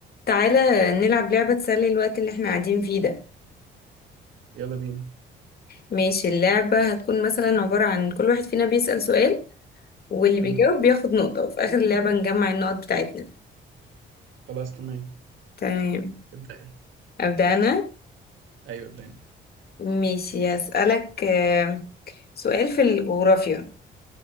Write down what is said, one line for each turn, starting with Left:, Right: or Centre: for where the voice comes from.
Left: تعالى نلعب لعبة تسلي الوقت اللي احنا قاعدين فيه ده
Right: يلا بينا
Left: ماشي اللعبة هتكون مثلا عبارة عن كل واحد فينا بيسأل سؤال واللي بيجاوب
Right: مم.
Left: بياخد نقطة وفي آخر اللعبة نجمع النقط بتاعتنا
Right: خلاص تمام
Left: تمام
Right: ابدأي
Left: أبدأ أنا
Right: ايوه ابدأ انت
Left: ماشي هسألك آه، سؤال في الجغرافيا